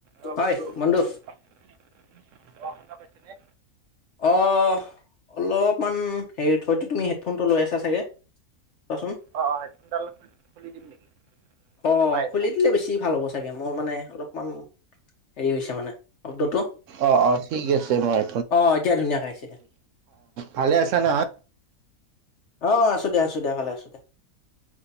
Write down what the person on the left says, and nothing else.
হয়
বন্ধু
অঁ, অলপমান হেৰি হয়তো তুমি হেডফোন টো লৈ আছা। চাগে চোৱাচোন
অঁ,
খুলি
দিলে বেছি ভাল হ'ব চাগে, মোৰ মানে অলপমান হেৰি হৈছে মানে। শব্দটো
অ এতিয়া ধুনীয়াকে আহিছে দিয়া
অঁ আছো দিয়া আছো দিয়া ভালে আছো দিয়া